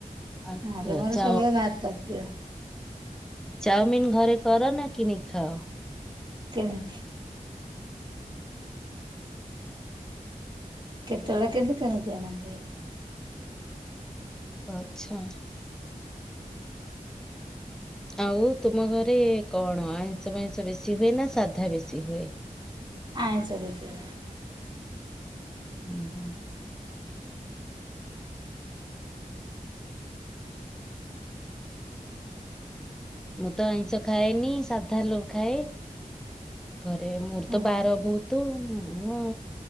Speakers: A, in the centre; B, on the right.
A: ଆଚ୍ଛା
B: ନହେଲେ ମୋର
A: ଚାଓ
B: ସବୁବେଳେ ଭାତ ପ୍ରିୟ।
A: ଚାଓମିିନ ଘରେ କର ନା କିଣିକି ଖାଅ?
B: କିଣେ। କେତେବେଳେ କେମତି କିଣିକି ଆଣନ୍ତି ଭାରି।
A: ଆଚ୍ଛା! ଆଉ ତୁମ ଘରେ କଣ ଆଇଁଷ ଫାଇଁଷ ବେଶି ହୁଏ ନା ସାଧା ବେଶି ହୁଏ?
B: ଆଇଁଷ ବେଶୀ ହୁଏ।
A: ଉଁ ହୁଁ। ମୁଁ ତ ଆଇଁଷ ଖାଏନି, ସାଧା ହେଲେ ଖାଏ। ଘରେ ମୋର
B: ହଁ।
A: ତ ବାର ବହୁତ। ମୁଁ